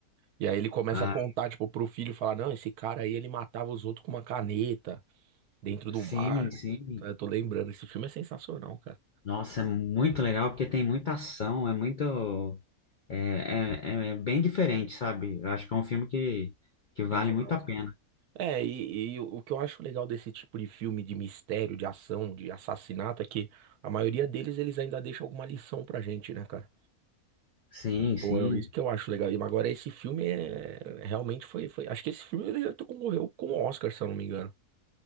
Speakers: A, on the right; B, on the left.
A: E aí ele começa
B: Ah,
A: a contar, tipo, pro filho, falar, não, esse cara aí, ele matava os outros com uma caneta dentro
B: sim,
A: do bar.
B: sim.
A: Tá, Eu tô lembrando, esse filme é sensacional, cara.
B: Nossa, é muito legal porque tem muita ação, é muito. É, é, é bem diferente, sabe? Eu acho que é um filme que, que vale
A: Exato.
B: muito a pena.
A: É, e, e o o que eu acho legal desse tipo de filme de mistério, de ação, de assassinato, é que a maioria deles, eles ainda deixam alguma lição pra gente, né, cara?
B: Sim,
A: Pô,
B: sim.
A: é isso que eu acho legal. E agora esse filme é realmente foi, foi. Acho que esse filme ele até concorreu com o Oscar, se eu não me engano.